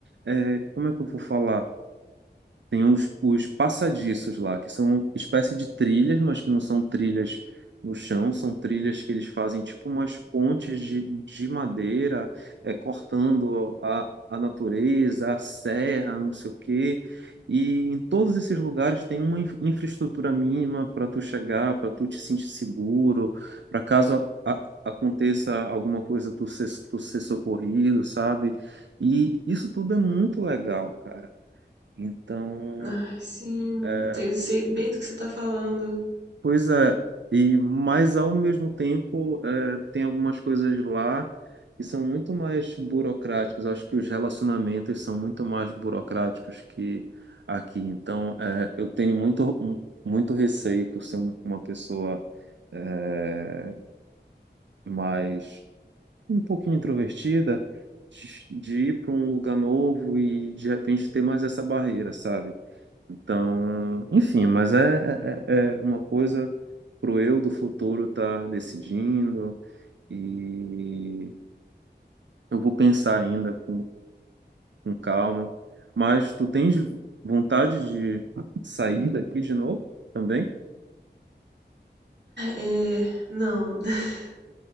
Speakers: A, on the right (about 80°); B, on the right (about 70°).
A: é, como é que eu vou falar? Tem os, os passadiços lá, que são espécie de trilhas, mas que não são trilhas no chão, são trilhas que eles fazem tipo umas pontes de, de madeira, é, cortando a, a natureza, a serra, não sei o quê. E em todos esses lugares tem uma inf- infraestrutura mínima para tu chegar, para tu te sentir seguro, para caso a- aconteça alguma coisa, tu ser, tu ser socorrido, sabe? E isso tudo é muito legal, cara. Então,
B: Ai, sim,
A: é,
B: eu tenho- sei bem do que você tá falando.
A: Pois é, e mas ao mesmo tempo eh, tem algumas coisas lá que são muito mais burocráticas. Eu Acho que os relacionamentos são muito mais burocráticos que aqui. Então eh, eu tenho muito um, muito receio por ser um- uma pessoa eh, mais um pouquinho introvertida de, de ir para um lugar novo e de repente ter mais essa barreira, sabe? Então, enfim, mas é, é, é é uma coisa pro eu do futuro estar tá decidindo e eu vou pensar ainda com, com calma. Mas tu tens vontade de sair daqui de novo também?
B: É, não. <laughs>